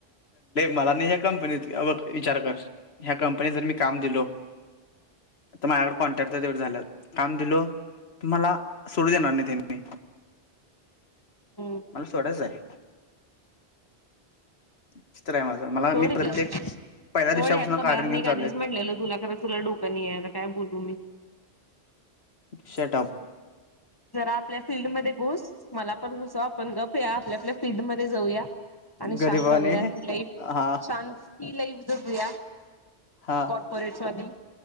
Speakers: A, on the left; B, on the left.
A: मला नाही ह्या कंपनीत अ विचार कर. ह्या कंपनीत जर मी काम दिलो. तर माझ्याकड कॉन्ट्रॅक्ट तेवढं झालं काम दिलो तर मला सोडू देणार नाही त्यांनी.
B: हम्.
A: मला सोडायचं आहे. <unintelligible>
B: सोड
A: प्रत्येक
B: की सोड
A: पहिल्या दिवसापासून
B: यातन
A: कारण
B: बाहेर
A: घेऊन
B: निघ
A: चाललोय
B: आधीच म्हटलेलं तुला कारण तुला डो क पण नाही आता काय बोललू मी.
A: शटअप.
B: जरा आपल्या फिल्डमध्ये घुस मला पण घुसव आपण गप या आपल्या आपल्या फिल्डमध्येध्ये जाऊया. आणि शांत
A: गरीबाने
B: राहूया
A: हा
B: ती लाईफ शांत ती लाईफ जगूया.
A: हा.
B: <inaudible> पैशे